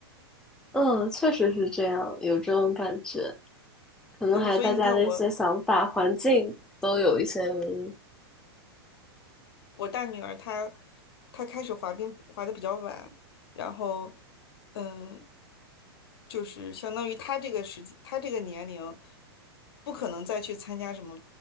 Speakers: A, in the centre; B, on the left.
A: <laughs> 嗯，确实是这样，有这种感觉，可能还有大家的一些想法、
B: 对吧？所以你看我，
A: 环境都有一些原因。
B: 我大女儿她她开始滑冰滑的比较晚，然后嗯，就是相当于她这个时期她这个年龄不可能再去参加什么